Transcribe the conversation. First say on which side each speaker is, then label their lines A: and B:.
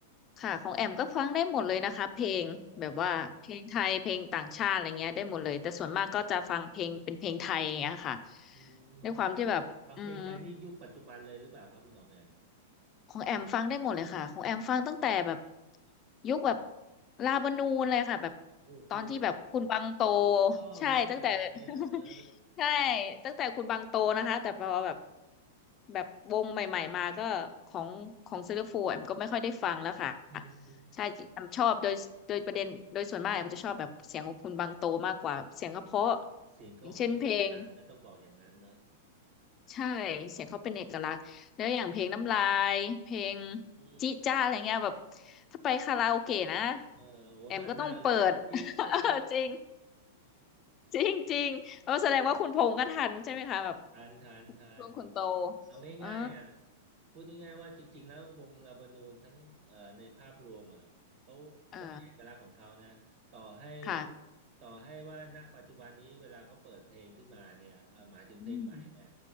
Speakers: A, on the left (about 35°); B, on the right (about 55°).
A: ค่ะของแอมก็ฟังได้หมดเลยนะคะเพลงแบบว่าเพลงไทยเพลงต่างชาติอะไรเงี้ยได้หมดเลยแต่ส่วนมากก็จะฟังเพลงเป็นเพลงไทยอย่างเงี้ยค่ะ
B: เอออืม
A: ด้วยความที่แบบอืม
B: ฟังเพลงไทยนี่ยุคปัจจุบันเลยหรือเปล่าครับคุณอ๋อมแอม
A: ของแอมฟังได้หมดเลยค่ะของแอมฟังตั้งแต่แบบยุคแบบลาบานูนเลยค่ะแบบ
B: โอ้โห
A: ตอนที่แบบคุณบังโต
B: ชอบมากเลยอ่ะเออ
A: ใช่ตั้งแต่ <laughs> ใช่ตั้งแต่คุณบังโตนะคะแต่พอแบบแบบวงใหม่ๆมาก็ของของซิลฟูแอมก็ไม่ค่อยได้ฟังแล้วค่ะ
B: อืมอืม
A: ใช่แอมชอบโดยโดยประเด็นโดยส่วนมากแอมจะชอบแบบเสียงของคุณบังโตมากกว่าเสียงเขาเพราะ
B: เสียงเขาเป็นเอกลักษณ์นะต้องบอกอย่างนั้นเนอะ
A: อย่างเช่นเพลง ใช่เสียงเขาเป็นเอกลักษณ์แล้วอย่างเพลงน้ำลายเพลง
B: อืม
A: จิจ้าอะไรเงี้ยแบบถ้าไปคาราโอเกะนะ
B: เออโอ้มันมากเลยพี่จะ
A: แอมก็ต้องเปิด <laughs> เออจริงจริงจริงแล้วแสดงว่าคุณพงษ์ก็ทันใช่ไหมคะแบบ
B: ทานทานทาน
A: ช่วงคุณโต
B: เอาง่ายๆอ่ะ
A: อ๋อ
B: พูดง่ายๆว่าจริงๆแล้ววงลาบานูนทั้งเอ่อในภาพรวมอ่ะเขาเขามีเอกลักษณ์ของเขานะต่อให้
A: อ่าค่ะ
B: ต่อให้ว่าณปัจจุบันนี้เวลาเขาเปิดเพลงขึ้นมาเนี่ยเอ่อหมายถึงเพลงใหม่เนี่ย
A: อืม